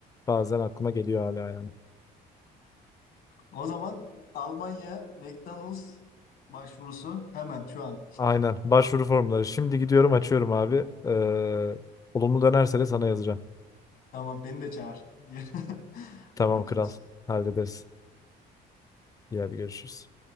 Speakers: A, on the left; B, on the left.
A: bazen aklıma geliyor hala yani.
B: o zaman Almanya McDonald's başvurusu hemen şu an.
A: Aynen. Başvuru formları. Şimdi gidiyorum açıyorum abi. Ee, olumlu dönerse de sana yazacağım.
B: Tamam beni de çağır. <laughs>
A: Tamam
B: Görüşürüz.
A: kral. Hallederiz. İyi hadi görüşürüz.